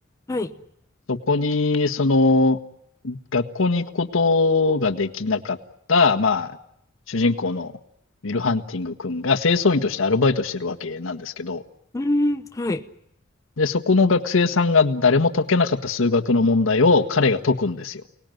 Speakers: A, on the left; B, on the left.
A: ーはい。
B: そこに、その、学校に行くことができなかった、まあ、主人公のウィル・ハンティング君が清掃員としてアルバイトしてるわけなんですけど、
A: うーん、はい。
B: で、そこの学生さんが誰も解けなかった数学の問題を彼が解くんですよ。